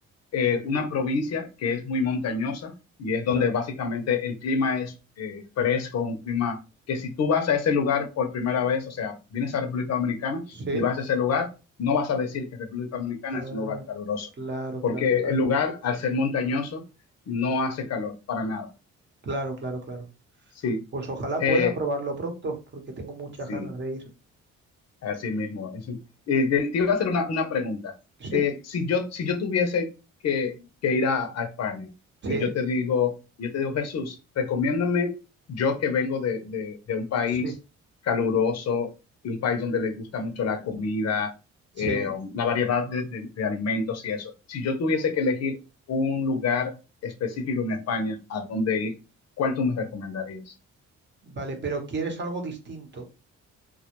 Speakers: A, on the left; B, on the right.
A: eh, una provincia que es muy montañosa y es donde
B: claro.
A: básicamente el clima es eh, fresco, un clima que si tú vas a ese lugar por primera vez, o sea, vienes a República Dominicana
B: Sí.
A: y vas a ese lugar, no vas a decir que República Dominicana
B: Ah,
A: es un lugar caluroso,
B: claro,
A: porque
B: claro, claro.
A: el lugar, al ser montañoso, no hace calor para nada.
B: Claro, claro, claro.
A: Sí.
B: Pues ojalá
A: Eh,
B: pueda probarlo pronto, porque tengo muchas
A: <clears throat> sí.
B: ganas de ir.
A: Así mismo. es. Eh, te, te iba a hacer una, una pregunta.
B: Sí,
A: Eh, si yo, si yo tuviese que, que ir a, a España
B: sí,
A: y yo te digo, yo te digo, Jesús, recomiéndame yo que vengo de, de- de un país
B: sí,
A: caluroso y un país donde le gusta mucho la comida,
B: sí.
A: eh, la variedad de, de- de alimentos y eso. Si yo tuviese que elegir un lugar específico en España a dónde ir, ¿cuál tú me recomendarías?
B: Vale, pero quieres algo distinto.